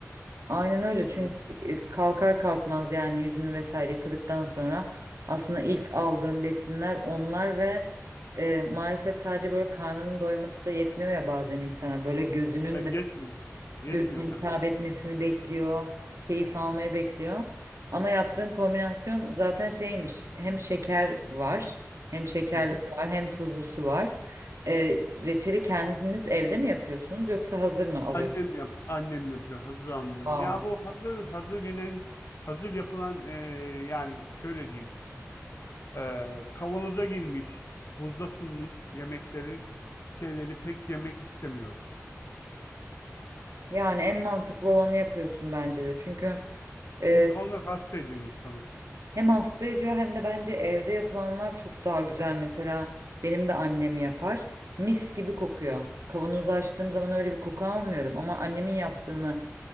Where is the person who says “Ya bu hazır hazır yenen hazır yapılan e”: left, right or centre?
Left